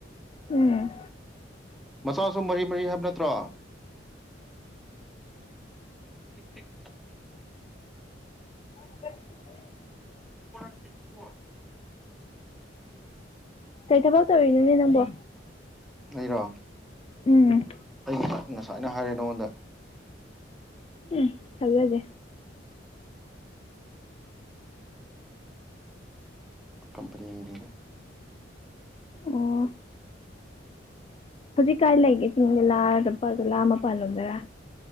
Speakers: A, on the left; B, in the centre.
A: ꯎꯝ
B: ꯃꯆꯥꯁꯨ ꯃꯔꯤ ꯃꯔꯤ ꯍꯥꯏꯕ ꯅꯠꯇ꯭ꯔꯣ <inaudible>
A: <inaudible>
B: <inaudible>
A: ꯀꯩ ꯊꯕꯛ ꯇꯧꯔꯤꯅꯣꯅꯦ ꯅꯪꯕꯣ
B: ꯑꯩꯔꯣ
A: ꯎꯝ
B: ꯑꯩ ꯉꯁꯥꯏ ꯉꯁꯥꯏꯅ ꯍꯥꯏꯔꯦ ꯅꯉꯣꯟꯗ
A: ꯎꯝ ꯊꯥꯖꯗꯦ
B: ꯀꯝꯄꯅꯤꯒꯤꯅꯤꯗ
A: ꯑꯣ ꯍꯧꯖꯤꯛ ꯀꯥꯏ ꯂꯩꯒꯦ <unintelligible> ꯃꯄꯥꯟ ꯂꯣꯝꯗꯔꯥ